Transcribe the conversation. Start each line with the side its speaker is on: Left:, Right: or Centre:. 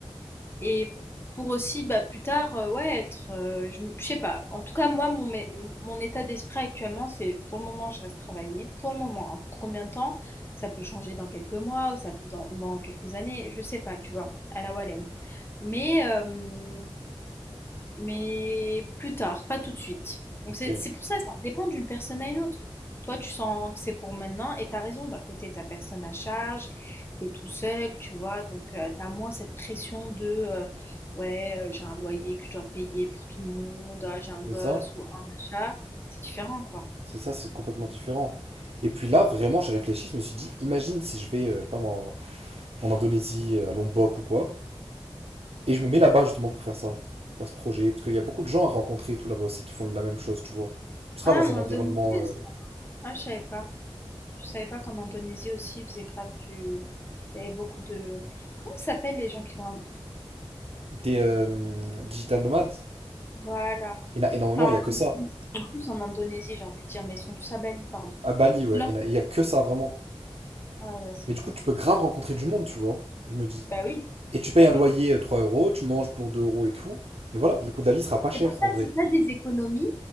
Left: Et pour aussi, bah, plus tard, euh, ouais, être, euh, je je sais pas. En tout cas, moi, mon, mé- mon état d'esprit actuellement, c'est pour le moment, je reste travailler. Pour le moment, hein. pour combien de temps? Ça peut changer dans quelques mois, ou ça, dans, dans quelques années, je sais pas, tu vois, à la Walem. Mais, euh, mais plus tard, pas tout de suite. Donc
Right: Ok.
Left: c'est c'est pour ça, ça dépend d'une personne à une autre. Toi, tu sens que c'est pour maintenant et t'as raison, d'un côté, t'as personne à charge, t'es tout seul, tu vois, donc tu t'as moins cette pression de euh, ouais, euh, j'ai un loyer que je dois payer pour tout le monde, ah, j'ai un gosse
Right: C'est ça,
Left: ou un machin. C'est différent, quoi.
Right: c'est ça, c'est complètement différent. Et puis là, vraiment, j'ai réfléchi, je me suis dit, imagine si je vais, euh, je sais pas moi, en Indonésie, euh, à Lombok ou quoi, et je me mets là-bas justement pour faire ça, pour faire ce projet, parce qu'il y a beaucoup de gens à rencontrer et tout là-bas aussi qui font la même chose, tu vois. Tu seras
Left: Ah,
Right: dans
Left: en
Right: un
Left: Indonésie
Right: environnement euh,
Left: aussi? Ah, je savais pas. Je savais pas qu'en Indonésie aussi, ils faisaient grave du... Il y avait beaucoup de... Comment ça s'appelle les gens qui vont. un...
Right: des euh, digital nomades,
Left: Voilà.
Right: il y en a énormément,
Left: Enfin,
Right: il y a que ça.
Left: tous en Indonésie, j'ai envie de dire, mais ils sont tous à Bali, pardon.
Right: À Bali, ouais,
Left: L'en-
Right: il y en a, il y a que ça vraiment.
Left: Ah ouais, c'est
Right: Mais du
Left: vrai.
Right: coup, tu peux grave rencontrer du monde, tu vois, je me dis.
Left: Bah oui,
Right: Et tu payes
Left: bah
Right: un
Left: oui.
Right: loyer euh, 3 euros, tu manges pour 2 euros et tout, et voilà, le coût de la vie sera pas cher
Left: C'est pour ça,
Right: en vrai.
Left: c'est pas des économies.